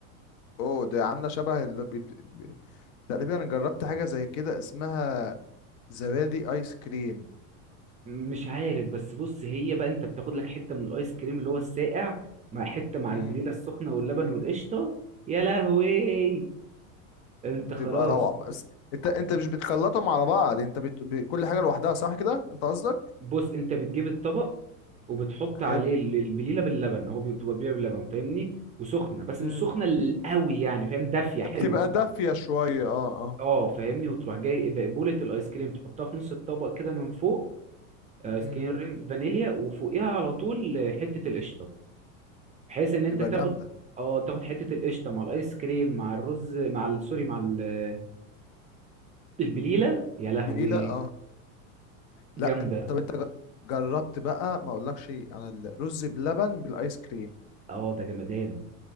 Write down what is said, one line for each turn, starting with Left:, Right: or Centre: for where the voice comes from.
Left: اوه ده عاملة شبه اللي بت... ب- تقريبا أنا جربت حاجة زي كده اسمها زبادي ايس كريم
Right: مش عارف بس بص هي بقى انت بتاخد لك حته من الايس كريم اللي هو الساقع مع حته مع
Left: مم.
Right: البليله السخنه واللبن والقشطه يا لهوي انت
Left: بتبقى
Right: خلاص
Left: روعة بس انت انت مش بتخلطهم على بعض انت بت... ب... كل حاجة لوحدها صح كده انت قصدك
Right: بص انت بتجيب الطبق وبتحط عليه
Left: حلو
Right: ال- البليله باللبن هو بيبقى بليله باللبن فاهمني وسخنه بس
Left: امم
Right: مش سخنه ال- قوي يعني فاهم دافيه حلوه
Left: بتبقى دافية شوية اه اه
Right: اه فاهمني وتروح جاي بقبوله الايس كريم تحطها في نص الطبق كده من فوق ايس
Left: امم
Right: كريم فانيليا وفوقيها على طول حته القشطه بحيث ان انت
Left: بتبقى
Right: تاخد
Left: جامدة
Right: اه تاخد حته القشطه مع الايس كريم مع الرز مع ال- سوري مع ال- البليله يا لهوي
Left: بليلة اه لا
Right: جامده
Left: انت طب انت ج- جربت بقى ما اقولكش انا الرز بلبن بالايس كريم
Right: اه ده جمدان